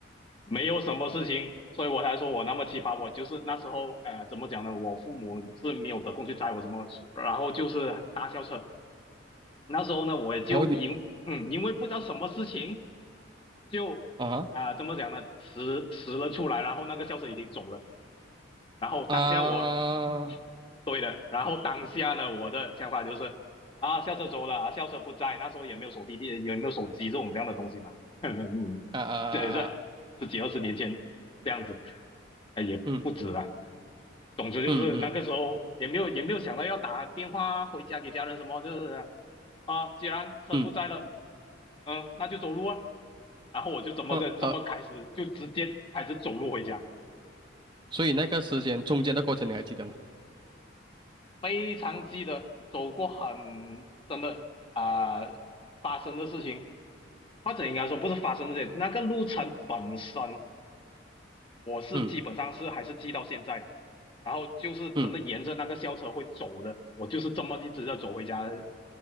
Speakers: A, on the left; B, on the right.
A: 没有什么事情，所以我才说我那么奇葩。我就是那时候呃，怎么讲呢？我父母是没有得空去载我什么，然后就是搭校车，那时候呢，我也就因嗯，
B: 然后你
A: 因为不知道什么事情，就啊、
B: 啊
A: 怎么讲呢，迟迟了出来，然后那个校车已经走了，然后当下我
B: 啊啊
A: 对的，然后当下呢，我的想法就是啊，校车走了啊，校车不在，那时候也没有手机电，也没有手机这种这样的东西嘛，<laughs> 嗯，嗯这这十几二十年前这样子，
B: 啊啊啊！
A: 哎，也不止了。
B: 嗯
A: 总之就是那个时候也没有也没有想到要打电话回家给家人什么，
B: 嗯嗯
A: 就是啊，既然车不在了，
B: 嗯
A: 嗯，那就走路啊。然后我就这么的这么开始，
B: 呃呃，
A: 就直接开始走路回家，
B: 所以那个时间中间的过程你还记得吗？
A: 非常记得走过很真的啊、发生的事情，或者应该说不是发生的事情，那个路程本身我是基本上是还是记到现在，
B: 嗯
A: 然后就是真的沿着那个校车会走的，
B: 嗯
A: 我就是这么一直在走回家的。